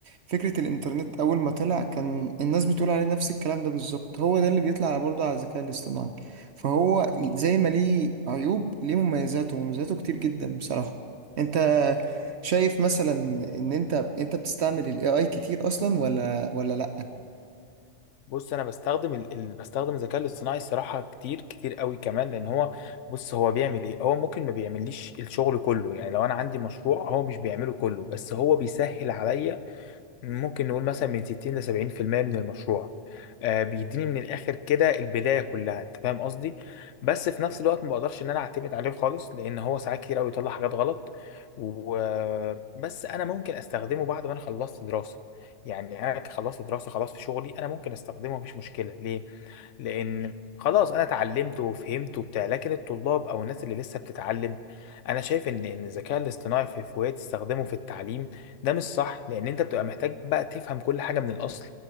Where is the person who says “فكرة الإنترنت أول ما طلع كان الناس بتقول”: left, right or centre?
Right